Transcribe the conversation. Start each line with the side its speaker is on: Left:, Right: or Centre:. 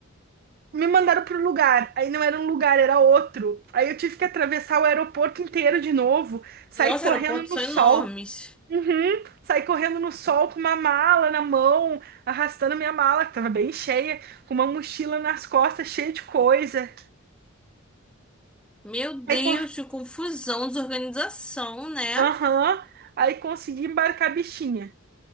Right: me mandaram pro lugar. Aí não era um lugar, era outro. Aí eu tive que atravessar o aeroporto inteiro de novo, sair
Centre: nossa,
Right: correndo
Centre: aeroportos
Right: no
Centre: são
Right: sol.
Centre: enormes.
Right: Uhum. Saí correndo no sol com uma mala na mão, arrastando minha mala, que tava bem cheia, com uma mochila nas costas, cheia de coisa.
Centre: Meu Deus,
Right: Aí, co-
Centre: que confusão, desorganização, né?
Right: Aham. Aí consegui embarcar a bichinha.